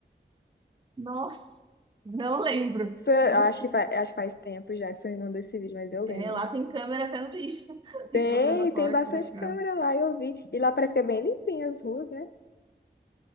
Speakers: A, on the right; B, on the left.
A: Nossa, não lembro.
B: Isso é-
A: Não-
B: Acho que faz, acho que faz tempo já que você me mandou esse vídeo, mas eu lembro.
A: É, lá tem câmera até no bicho. <laughs> Tem
B: Tem,
A: câmera na porta
B: tem bastante
A: da casa.
B: câmera lá, eu vi. E lá parece que é bem limpinho as ruas, né?